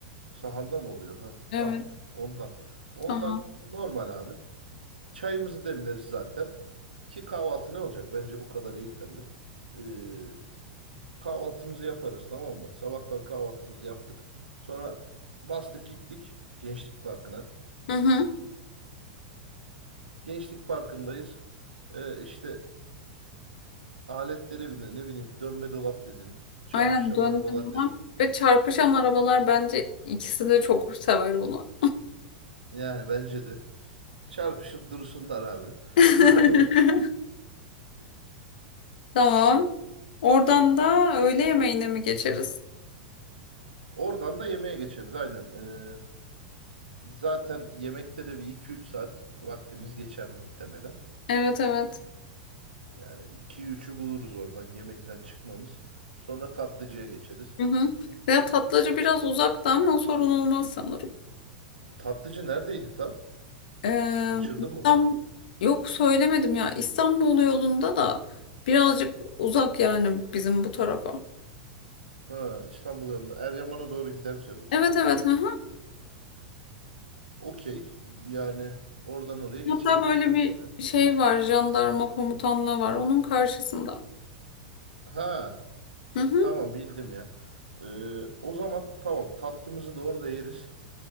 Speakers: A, on the right; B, on the left.
A: Sahanda mı oluyor? Heh.
B: Evet,
A: Tamam ondan. Ondan
B: tamam.
A: normal abi. Çayımızı demleriz zaten. Ki kahvaltı ne olacak? Bence bu kadar yeterli. Ee, kahvaltımızı yaparız tamam mı? Sabahtan kahvaltımızı yaptık. Sonra bastık gittik Gençlik Parkı'na.
B: Hı hı.
A: Gençlik Parkı'ndayız. Ee, işte aletlere bindin ne bileyim dönme dolap dedin. Çarpışan
B: Aynen dönme
A: arabalar
B: dolap
A: dedin.
B: ve çarpışan arabalar bence ikisi de çok sever bunu.
A: Yani bence de. Çarpışıp dursunlar abi.
B: <laughs>
A: <laughs>
B: Tamam. Oradan da öğle yemeğine mi geçeriz?
A: Oradan da yemeğe geçeriz aynen. Ee, zaten yemekte de bir iki üç saat vaktimiz geçer muhtemelen.
B: Evet evet.
A: Yani iki üçü buluruz oradan yemekten çıkmamız. Sonra tatlıcıya geçeriz.
B: Hı hı. Ya tatlıcı biraz uzakta ama sorun olmaz sanırım.
A: Tatlıcı neredeydi tam?
B: Ee,
A: Kaçırdım
B: İstanbul...
A: mı ben?
B: Yok söylemedim ya. İstanbul yolunda da birazcık uzak yani bizim bu tarafa.
A: Ha İstanbul yanında. Eryaman'a doğru giderken o zaman.
B: Evet evet. Hı hı.
A: Okey. Yani oradan oraya geçeriz.
B: Hatta böyle
A: Bir şey olmaz
B: bir
A: ya.
B: şey
A: Ha,
B: var. Jandarma komutanlığı var. Onun karşısında.
A: Ha,
B: Hı hı.
A: tamam bildim ya. Ee, o zaman tamam tatlımızı da orada yeriz.